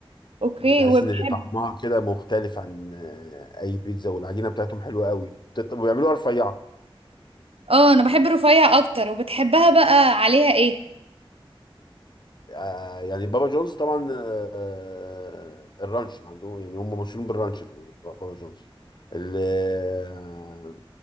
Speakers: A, on the right; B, on the left.
A: اوكي
B: اللي تحس
A: وبحب
B: ان طعمها كده مختلف عن آه، اي بيتزا والعجينه بتاعتهم حلوه قوي بتت- وبيعملوها رفيعه
A: اه انا بحب رفيع اكتر وبتحبها بقى عليها ايه
B: آه يعني بابا جونز طبعا آه آه، الرانش عندهم يعني هم مشهورين بالرانش ال- بابا جونز ال آه،